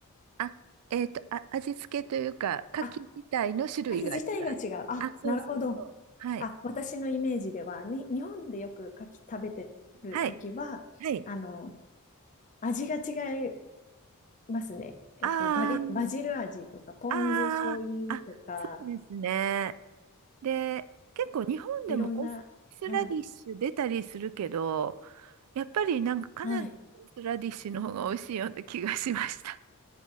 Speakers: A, on the right; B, on the left.
A: あ、えっと、あ、味付けというか、牡蠣自体の種類が違う。
B: あ、牡蠣自体が違う。あ、
A: あ、そうそうそう。
B: なるほど。
A: はい。
B: あ、私のイメージでは、に、日本でよく牡蠣食べてるときは、
A: はい。はい。
B: あの、味が違いますね。えっと、
A: あー、
B: バリ、バジル味とか、ポン酢醤油とか、
A: あー、あ、そうですね。で、結構日本でもオースラディッシュ出たりするけど、
B: いろんな、はい。
A: やっぱりなんかカナダのオースラディッシュの方が美味しいような気がしました。
B: はい。